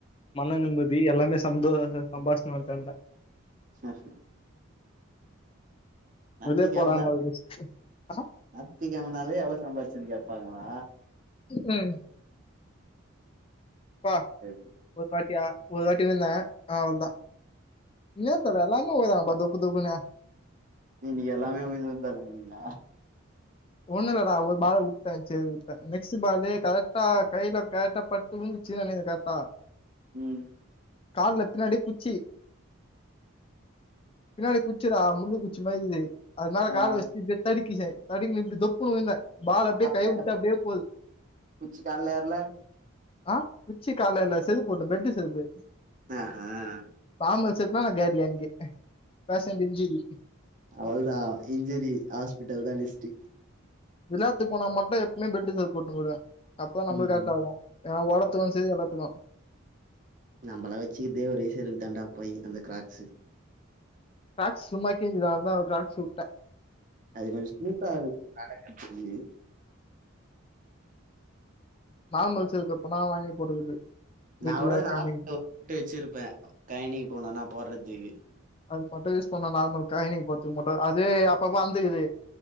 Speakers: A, on the left; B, on the right.
A: மன நிம்மதி எல்லாமே சந்தோ சம்பாஷிணு வன்டந
B: சேர் செரி நாத்தி
A: வெளிய
B: கெழமனால
A: போடான்னு ஒரு லிஸ்ட் ஆ
B: நாத்தி கெழமனாலே எவ்வளோ சம்பாரிச்சன்னு கேட்பாங்களா
A: ம் ம் பா
B: ரைட்டு
A: ஒரு வாட்டியா ஒரு வாட்டி நின்ன அவ்ளோதா என்ன தர எல்லா இருக்குறப்பா தொப்புனு தொப்புனு
B: நீங்க எல்லாமே உய்ந்து உய்ந்தூ வேலயாண்டீங்கல
A: ஒண்ணு இல்லடா ஒரு பாலு வுட்டே செரி வுட்டே நெக்ஸ்ட் பாலு கரெக்டா கையில பட்ட்டப்பட் விழுதுச்சு அதுலே கரெக்ட்டா
B: உம்
A: கால்ல பின்னாடி குச்சி பின்னாடி குச்சிடா முள்ளு குச்சி மாரி இருகீது அது மேல
B: ஆ
A: கால வச்சி இப்டி தடுக்கிச்சே தடுக்கினு இப்டி தொப்புன்னு விழுந்த பால் அப்டியே
B: கால்ல
A: கை வுட்டு அப்டியே போது
B: குச்சி கால்ல ஏறல
A: ஆ உச்சி கால்லயில செருப்பு போட்ட பெல்டு செருப்பு
B: ஆ அ
A: நார்மல் செருப்பு நா காலி அங்கே பேஷண்ட் இன்ஜுரி
B: அவ்ள்தா இஞ்சுரி ஹாஸ்பிட்டல் தா நெக்ஸ்ட்
A: விளாத்துக்கு போனா மட்டோ எப்புமே பெல்ட் சேர்ப்பு போட்டுனு போய்டுவ அப்போ தா நம்ளுக்கு
B: ம்
A: கரெக்ட
B: ம்
A: இருக்கோ ஏ ஓடத்துக்கோ செரி எல்லாத்துக்கோ
B: நம்மளா வச்சிக்கதே ஒரே செருப்பு தாண்டாப்பாய் அந்த கிராக்ஸு
A: கீராக்ஸ் சும்மா கிஞ்சிது அதா ஒரு கீராக்ஸ் விட்ட
B: அது கொஞ்சம் ஸ்மூத்தா இருக்கு நடக்கறதுக்கு
A: நார்மல் சேருப்பு எப்பனா நா வாங்கி போட்டுக்குது வீட்ல
B: நா கூட நார்மல்ல
A: கைனிக்கு
B: விட்டு வச்சிருப்ப கயணிக்கு போனோ நா போடுறதுக்கு
A: அது மட்டோ யூஸ் பண்ண நார்மல் கயினிக்கு போத்துக்கு மட்டோ அது அப்பப்ப அந்தக்குது